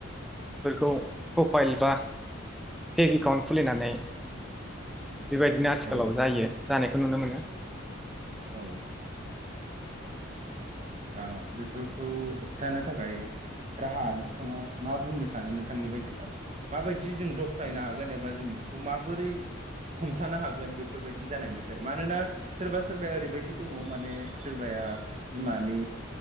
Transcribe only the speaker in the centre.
फोरखौ प्रफाइल बा पेक एकाउन्ट खुलिनानै बेबायदिनो आथिखालाव
जायो जानाय खो नुनो मोनो